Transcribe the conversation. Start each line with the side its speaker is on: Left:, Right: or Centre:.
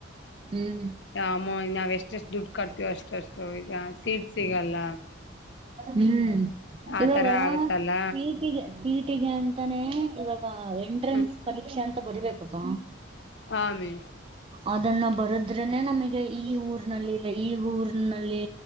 Right: ಹ್ಮ್
Left: ಅಮ್ಮ ನಾವ್ ಎಷ್ಟೆಷ್ಟು ದುಡ್ಡು ಕಟ್ತಿವ ಅಷ್ಟಷ್ಟು ಈಗ ಸಿಟ್ಸ್ ಸಿಗಲ್ಲ.
Right: ಹ್ಮ್
Left: ಆತರ
Right: ಇವಾಗ
Left: ಆಗುತ್ತಲ್ಲ
Right: ಈ ಪಿ ಟಿ ಗೆ ಅಂತಾನೆ ಇವಾಗ ಎಂಟ್ರೆನ್ಸ್
Left: ಹ್ಮ್
Right: ಪರೀಕ್ಷೆ ಅಂತ ಬರಿ ಬೇಕಪ್ಪ
Left: ಹಾ ಅವಿ.
Right: ಅದನ್ನ ಬರದ್ರೇನೆ ನಮಗೆ ಈ ಊರ್ನಲ್ಲಿ ಇದೆ ಈ ಊರ್ನಲ್ಲಿ